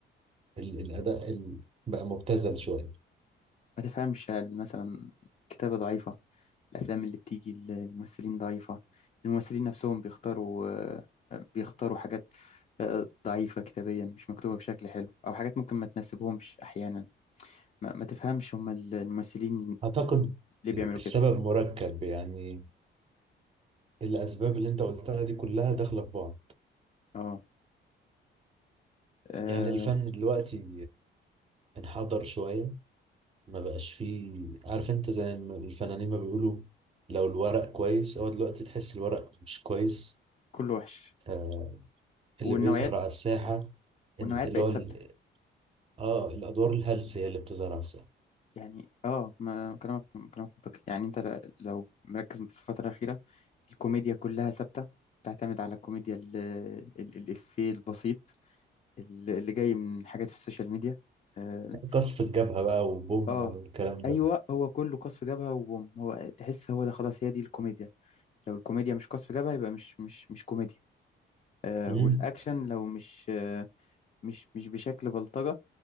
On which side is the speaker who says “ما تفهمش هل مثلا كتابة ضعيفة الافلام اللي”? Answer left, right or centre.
Left